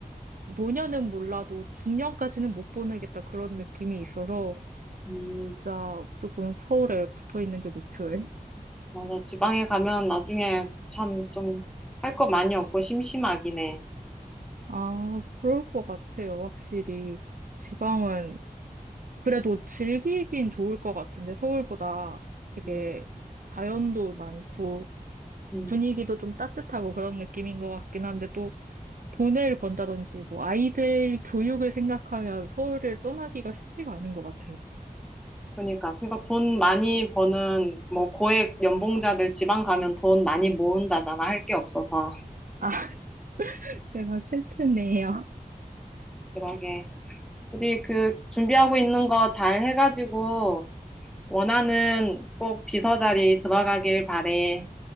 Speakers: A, on the right; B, in the centre.
A: 노년은 몰라도 중년까지는 못 보내겠다 그런 느낌이 있어서
B: 음,
A: 진짜 조금 서울에 붙어 있는 게 목표예요.
B: 맞아. 지방에 가면 나중에 참 좀 할 거 많이 없고 심심하긴 해.
A: 아, 그럴 것 같아요. 확실히 지방은 그래도 즐기긴 좋을 것 같은데 서울보다 되게
B: 음,
A: 자연도 많고
B: 음.
A: 분위기도 좀 따뜻하고 그런 느낌인 것 같긴 한데 또 돈을 번다든지 뭐 아이들 교육을 생각하면 서울을 떠나기가 쉽지가 않은 것 같아요.
B: 그러니까. 그러니까 돈 많이 버는 뭐 고액 연봉자들 지방 가면 돈 많이 모은다잖아. 할 게 없어서.
A: 아, <laughs> 제가 슬프네요.
B: 그러게. 우리 그 준비하고 있는 거 잘 해가지고 원하는 꼭 비서 자리 들어가길 바래.